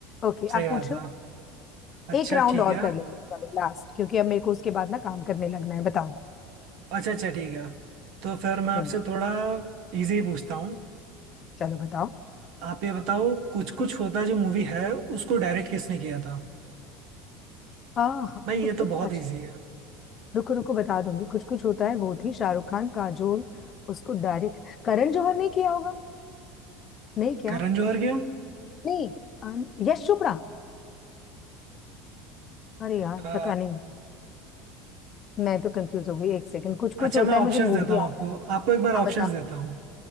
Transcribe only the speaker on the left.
ओके
आप
पूछो
एक राउंड
और
कर लेते हैं चलो लास्ट क्योंकि अब मेरे को उसके बाद ना काम करने लगना है बताओ
हम्म
चलो बताओ
आह
कुछ
कुछ
अच्छा
रुको रुको बता दूंगी कुछ कुछ होता है वो थी शाहरुख खान काजोल उसको डायरेक्ट करण जौहर नहीं किया होगा नहीं क्या
नहीं अम, यश चोपड़ा अरे यार
पता नहीं मैं तो कंफ्यूज हो गई एक सेकंड कुछ कुछ
होता
है मुझे मूवी
याद
आ गई
हाँ
बताओ